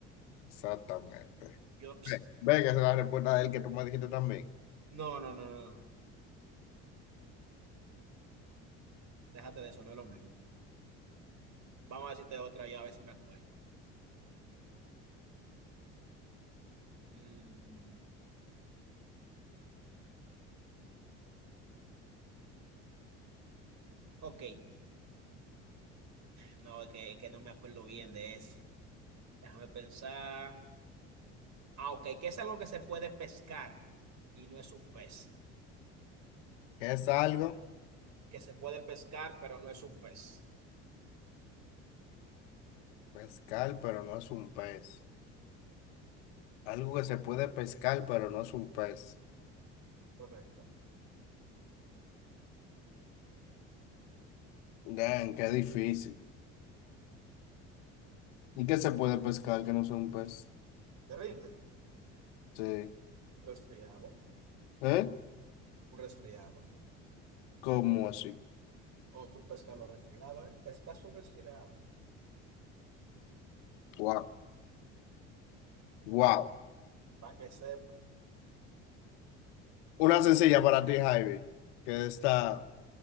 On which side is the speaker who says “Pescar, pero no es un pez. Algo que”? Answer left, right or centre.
Left